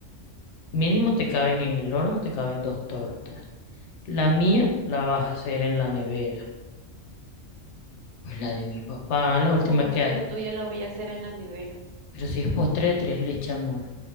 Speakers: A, on the left; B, on the right.
A: Mínimo te caben en el horno, te caben dos tortas. La mía la vas a hacer en la nevera. Pues la de mi papá, la última
B: ¿Cómo
A: que
B: que
A: hace.
B: la tuya la voy a hacer en la nevera?
A: Pero si es postre de tres leche, amor.